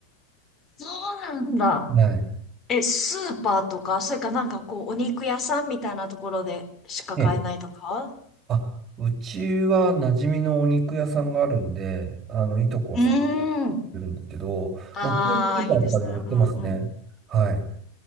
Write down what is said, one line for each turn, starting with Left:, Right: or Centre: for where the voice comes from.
Left: そうなんだ。
Right: <laughs> はい。
Left: え、スーパーとか、それかなんかこう、お肉屋さんみたいなところでしか買えないとか
Right: ええ。あ、うちは馴染みのお肉屋さんがあるんで、あの、いとこはそこに
Left: うーん。
Right: 売るんですけど、
Left: ああ、
Right: もう普通にスーパーとかでも売ってますね。
Left: いいですね。うんうん。
Right: はい。